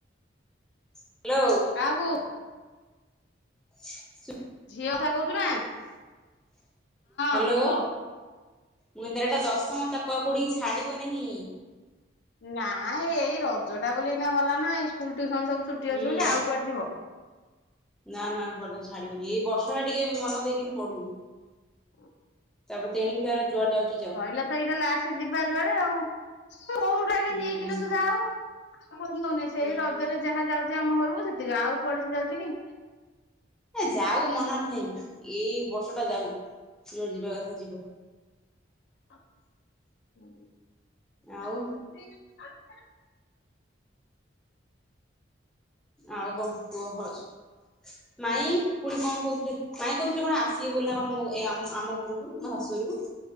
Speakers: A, in the centre; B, on the left.
A: ହାଲୋ।
B: କାହାକୁ।
A: <inaudible> ସୁ।
B: ଝିଅ କଥା କହୁଛୁ ନା
A: ହ୍ୟାଲୋ
B: ହଁ କ।
A: ମୁଁ କହିଲି ତାର ଏଟା ଦଶମ ତାକୁ ଆଉ କୋଉଠିକି ଛାଡିବ ନେହି।
B: ନା ଏଇ ରଜ ଟା ବୋଲି ଏଇନା ଗଲା ନା ଏଇ ସ୍କୁଲ, ଟିଉସନ ସବୁ ଛୁଟି
A: ହୁଁ
B: ଅଛି ବୋଲି ଆଉ କୁଆଡେ ଯିବ।
A: ନା, ନା କୁଆଡେ ଛାଡିବନି ଏଇ ବର୍ଷା ଟା ଟିକେ ମନ ଦେଇକିନି ପଢ଼ୁ।
B: ହୁଁ।
A: ତାପରେ ତେଣିକି ତାର ଯୁଆଡେ ଯାଉଛି ଯାଉ।
B: ସଇଲା ତ ଏଇଟା ଲାଷ୍ଟ ଯିବା ଯୁଆଡେ ଆଉ କୋଉଟାରେ
A: ହୁଁ
B: ନିଏକି ଲୋ ସୁଧା ଆଉ। ଆଉ କୁଆଡେ ଯାଉନି ସେଇ
A: ହୁଁ।
B: ରଜରେ ଯାହା ଯାଉଛି ଆମ ଘରୁକୁ ସେତିକି ଆଉ କୁଆଡେ ସେ ଯାଉଛି କି।
A: ଏ ଯାଉ ମନା ନାହିଁ ଏଇ ବର୍ଷ ଟା ଯାଉ ଯୁଆଡେ ଯିବା କଥା ଯିବ।
B: <unintelligible>
A: ଆଉ ଆଉ କଣ କୁହ ହଉଛି? ମାଇଁ ପୁଣି କଣ କହୁଚ ମାଇଁ କହୁଥିଲେ କଣ ଆସିବେ ବୋଲି ନା କଣ ମୋ ଏ ଆମ ଘରକୁ ମୋ ଶାଶୁ ଘରକୁ?